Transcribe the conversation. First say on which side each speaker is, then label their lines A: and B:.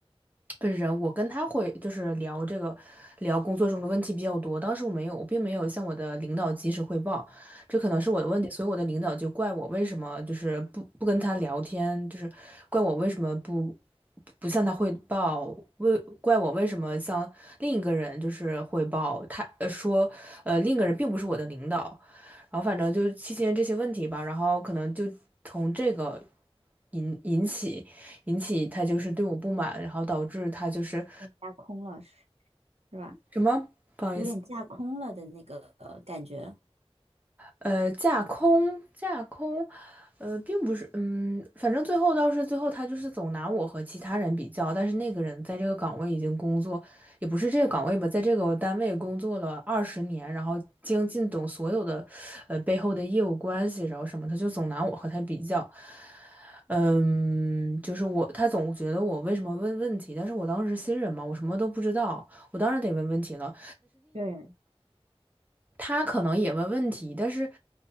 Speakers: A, on the right; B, on the right.
A: 本人，我跟他会就是聊这个，聊工作中的问题比较多。当时我没有，我并没有向我的领导及时汇报，这可能是我的问题，所以我的领导就怪我为什么就是不不跟他聊天，就是怪我为什么不不向他汇报，为怪我为什么向另一个人就是汇报，他呃说呃另一个人并不是我的领导，然后反正就期间这些问题吧，然后可能就从这个引引起。引起他就是对我不满，然后导致他就是
B: 架空了，是是吧？
A: 什么不好意思。
B: 有点架空了的那个呃感觉。
A: 呃，架空，架空，呃，并不是，嗯，反正最后倒是最后他就是总拿我和其他人比较，但是那个人在这个岗位已经工作，也不是这个岗位吧，在这个单位工作了二十年，然后精进懂所有的，呃，背后的业务关系，然后什么，他就总拿我和他比较，嗯，就是我，他总觉得我为什么问问题，但是我当时是新人嘛，我什么都不知道，我当然得问问题了。
B: 对，
A: 他可能也问问题，但是，